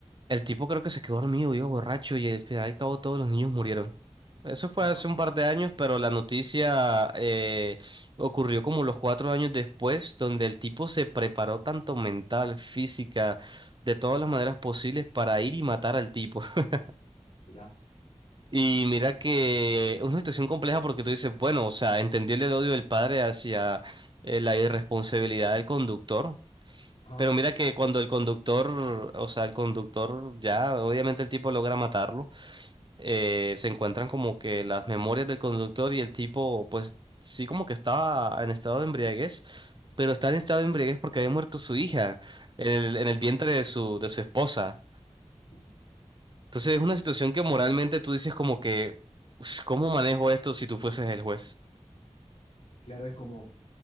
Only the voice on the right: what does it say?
El tipo creo que se quedó dormido, vio borracho y al final y al cabo todos los niños murieron. Eso fue
hace un par de años, pero la noticia eh, ocurrió como los cuatro años después, donde el tipo se preparó tanto mental, física, de todas las maneras posibles para ir y matar al tipo. <laughs>
Y mira que es una situación compleja porque tú dices, bueno, o sea, entendible el odio del padre hacia eh, la irresponsabilidad del conductor.
Pero mira que cuando el conductor, o sea, el conductor ya, obviamente el tipo logra matarlo eh, se encuentran como que las memorias del conductor y el tipo, pues sí como que estaba en estado de embriaguez, pero está en estado de embriaguez porque había muerto su hija en el, en el vientre de su, de su esposa.
Entonces es una situación que moralmente tú dices como que, "Ush, ¿cómo manejo esto si tú fueses el juez?